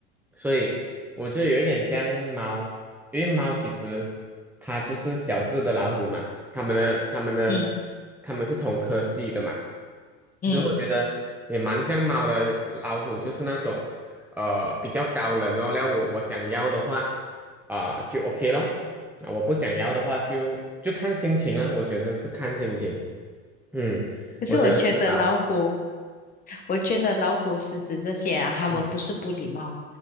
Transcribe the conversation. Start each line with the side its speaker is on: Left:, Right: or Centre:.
Centre: 所以我觉得有一点像猫，因为猫其实它就是小只的老虎嘛，它们的它们的
Left: 嗯
Centre: 它们是同科系的嘛。
Left: 嗯，
Centre: 就是我觉得也蛮像猫的，老虎就是那种呃比较高冷哦。然后我我想要的话啊、就 OK 咯，啊我不想要的话就就看心情了，我觉得是看心情。嗯，
Left: 可是我觉得老虎，
Centre: 我觉得是老虎。
Left: 我觉得老虎、狮子这些啊，它们不是不礼貌，
Centre: 嗯